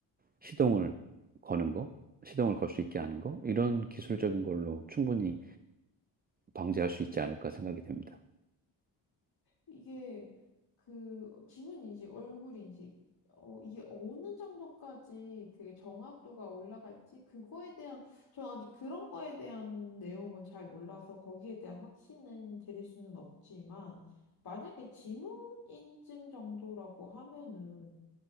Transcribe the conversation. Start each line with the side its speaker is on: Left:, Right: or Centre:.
Right: 시동을 거는 거, 시동을 걸 수 있게 하는 거, 이런 기술적인 걸로 충분히 방지할 수 있지 않을까 생각이 됩니다.
Left: 이게 그 지문 인식, 얼굴 인식, 어, 이게 어느 정도까지 그게 정확도가 올라갈지, 그거에 대한, 저는 아직 그런 거에 대한 내용은 잘 몰라서 거기에 대한 확신은 드릴 수는 없지만, 만약에 지문 인증 정도라고 하면은